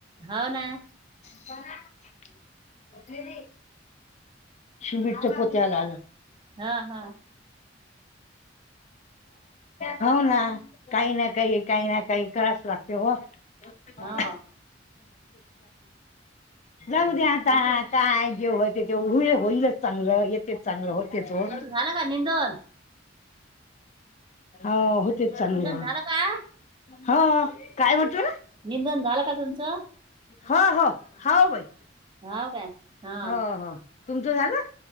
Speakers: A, on the right; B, on the left.
A: हो ना.
B: <unintelligible> सिमेंटच्या पोत्याला
A: ह ह
B: हो ना. काही ना काही काही ना काही कराच लागते ओ. <unintelligible>
A: हो
B: जाऊदे आता
A: तुमचं
B: काय जेव <unintelligible> चांगलं येतेच चांगलं होतेच ओ.
A: तुमचं झालं का निंदन
B: हो. होतेच चांगले.
A: निंदन झालं का
B: हो. काय म्हणतो?
A: निंदन झालं का तुमचं?
B: हो हो. हो बाई.
A: हो काय ह
B: हो हो. तुमचं झालं?